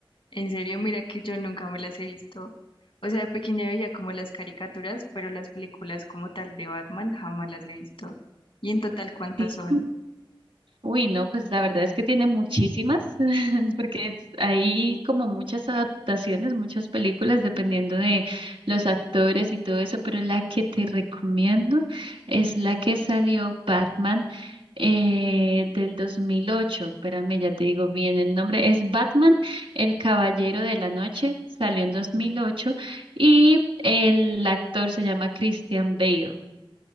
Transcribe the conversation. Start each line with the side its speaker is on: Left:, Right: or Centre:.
Left: En serio, mira que yo nunca me las he visto. O sea, de pequeña veía como las caricaturas, pero las películas como tal de Batman jamás las he visto. ¿Y en total cuántas
Right: Sí.
Left: son?
Right: Uy, no, pues la verdad es que tiene muchísimas, <laughs> porque es- hay como muchas adaptaciones, muchas películas, dependiendo de los actores y todo eso, pero la que te recomiendo es la que salió Batman eh, del 2008. Espérame, ya te digo bien el nombre. Es Batman, el Caballero de la Noche, salió en 2008 y el actor se llama Christian Bale.